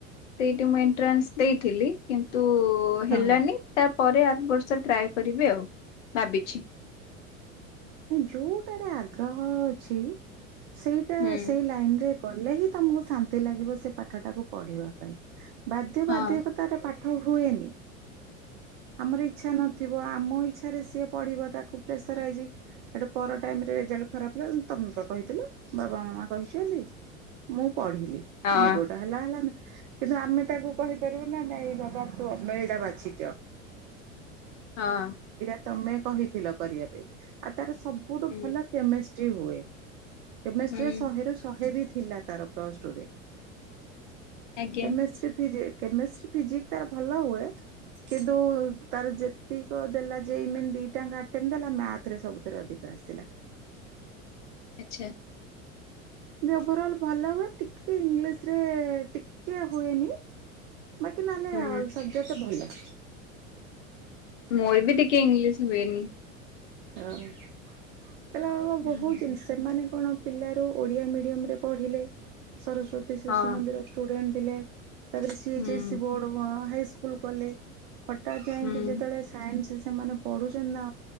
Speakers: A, on the left (about 60°); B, on the right (about 45°).
A: ସେଇଠି ମୁଁ ଏଣ୍ଟ୍ରାନ୍ସ ଦେଇଥିଲି କିନ୍ତୁ ହେଲାନି
B: ହଁ
A: ତା ପରେ ଆର ବର୍ଷ ଟ୍ରାଏ କରିବି ଆଉ ଭାବିଛି।
B: ଯୋଉଟାରେ ଆଗ୍ରହ ଅଛି ସେଇଟା
A: ହୁଁ
B: ସେଇ ଲାଇନରେ ଗଲେ ହିଁ ତମକୁ ଶାନ୍ତି ଲାଗିବ ସେ ପାଠ ଟାକୁ ପଢିବା ପାଇଁ। ବାଧ୍ୟ
A: ହଁ
B: ବାଧକତାରେ ରେ ପାଠ ହୁଏନି। ଆମର ଇଚ୍ଛା ନଥିବ ଆମ ଇଚ୍ଛାରେ ସିଏ ପଢିବ ତାକୁ ପ୍ରେସରାଇଜି ଏଠୁ ପର ଟାଇମ ରେ ରେଜଲ୍ଟ ଖରାପ ହେଲେ ତମେ ବା କହିଥିଲ ବାବା ମାମା କହିଛନ୍ତି ମୁଁ ପଢିଲି
A: ହଁ
B: ମୁଁ ଯୋଉଟା ହେଲା ହେଲାନା କିନ୍ତୁ ଆମେ ତାକୁ କହିପାରିବୁ ନା ନାଇଁ ବାବା ତମେ ଏଟା ବାଛିଚ।
A: ହଁ।
B: ତମେ କହିଥିଲ କରିବା ପାଇଁ ଆଉ ତାର ସବୁଠୁ
A: ହୁଁ
B: ଭଲ କେମିଷ୍ଟ୍ରି ହୁଏ। କେମେଷ୍ଟ୍ରି
A: ହୁଁ
B: ରେ ଶହେରୁ ଶହେ ବି ଥିଲା ତାର ପ୍ଲସ ଟୁ ରେ।
A: ଆଜ୍ଞା
B: କେମେଷ୍ଟ୍ରି ଫିଜି କେମେଷ୍ଟ୍ରି ଫିଜିକ୍ସ ତାର ଭଲ ହୁଏ କିନ୍ତୁ ତାର ଯେତିକ ଦେଲା ଯେ ଯେ ଇ ମେନ୍ ଦିଟାଙ୍କ ଆଟେମ୍ ଦେଲା ମ୍ୟାଥ ଥିରେ ସବୁଥିରେ ଅଧିକ ଆସିଥିଲା।
A: ଆଚ୍ଛା।
B: ଓଭରଅଲ୍ ଭଲ ହୁଏ, ଟିକେ ଇଂଲିଶ୍ ରେ ଟିକେ ହୁଏନି। ବାକି ନହେଲେ
A: ହୁଁ
B: ଅଲ୍ ସବଜେକ୍ଟ ଭଲ।
A: ମୋର ବି ଟିକେ ଇଂଲିଶ ହୁଏନି।
B: ହଁ କହିଲା, ବାବା
A: ହୁଁ
B: ବହୁତ ଜିନିଷ ସେମାନେ କଣ। ପିଲା ରୁ ଓଡିଆ ମିଡିୟମରେ ପଢିଲେ ସରସ୍ଵତୀ ଶିଶୁ
A: ହଁ
B: ମନ୍ଦିର ଷ୍ଟୁଡେଣ୍ଟ ଥିଲେ। ତାପରେ ସିଏଚ
A: ହୁଁ
B: ଏସ୍ ସି ବୋର୍ଡ କଣ ହାଇସ୍କୁଲ କଲେ, ହଠାତ୍ ଯାଇକି
A: ହୁଁ
B: ଯେତେବେଳେ ସାଇନ୍ସ। ସେମାନେ ପଢୁଛନ୍ତି ନା।